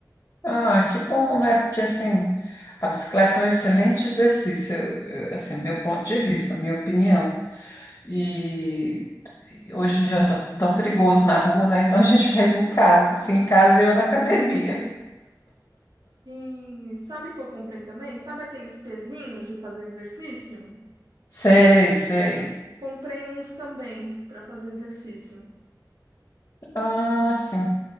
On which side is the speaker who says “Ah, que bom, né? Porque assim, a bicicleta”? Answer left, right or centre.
Left